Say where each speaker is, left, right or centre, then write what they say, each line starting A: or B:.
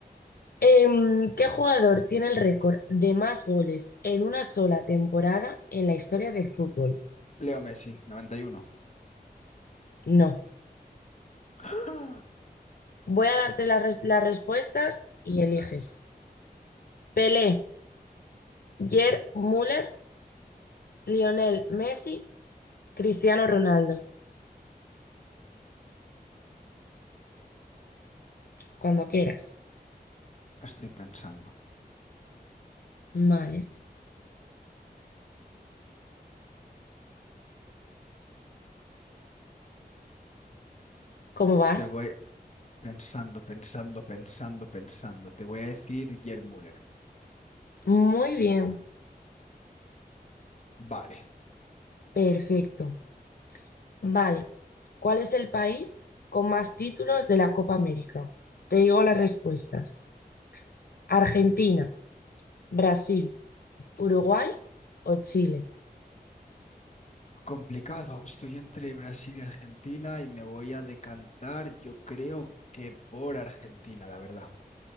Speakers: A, on the left (about 70°); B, on the left (about 45°).
A: Em, ¿qué jugador tiene el récord de más goles en una sola temporada en la historia del fútbol?
B: Leo Messi, 91.
A: No.
B: <gasps>
A: Voy a darte las res- las respuestas y eliges.
B: Las
A: Pelé, Gerd Müller, Lionel Messi, Cristiano Ronaldo. Cuando quieras.
B: estoy pensando.
A: Vale. ¿Cómo vas?
B: Te voy pensando, pensando, pensando, pensando. Te voy a decir Gerd Müller.
A: Muy bien.
B: Vale.
A: Perfecto. Vale. ¿Cuál es el país con más títulos de la Copa América? Te digo las respuestas. Argentina, Brasil, Uruguay o Chile.
B: Complicado. Estoy entre Brasil y Argentina y me voy a decantar, yo creo que por Argentina, la verdad.